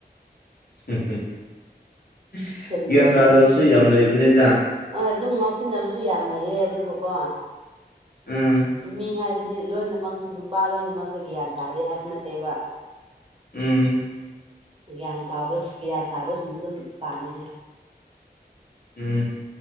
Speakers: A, on the left; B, on the right.
A: <unintelligible>
B: ꯆꯨꯝꯗ꯭ꯔꯣꯅꯦ
A: ꯒ꯭ꯌꯥꯟ ꯇꯥꯗꯕꯁꯨ ꯌꯥꯝ ꯂꯩꯕꯅꯦꯗ
B: ꯍꯣꯏ ꯑꯗꯨꯝ ꯉꯥꯎꯁꯤꯟꯅꯕꯁꯨ ꯌꯥꯝ ꯂꯩꯌꯦ ꯑꯗꯨꯕꯨꯀꯣ
A: ꯎꯝ
B: ꯃꯤ ꯍꯥꯏꯕ ꯂꯣꯏꯅꯃꯛꯁꯦ ꯅꯨꯄꯥ ꯂꯣꯏꯅꯃꯛꯁꯦ ꯒ꯭ꯌꯥꯟ ꯇꯥꯗꯦ ꯍꯥꯏꯕ ꯅꯠꯇꯦꯕ
A: ꯎꯝ
B: ꯒ꯭ꯌꯥꯟ ꯇꯥꯕꯁ ꯒ꯭ꯌꯥꯟ ꯇꯥꯕꯁꯤꯡꯗꯣ ꯑꯗꯨꯝ ꯄꯥꯝꯃꯦ ꯍꯥꯏꯕ
A: ꯎꯝ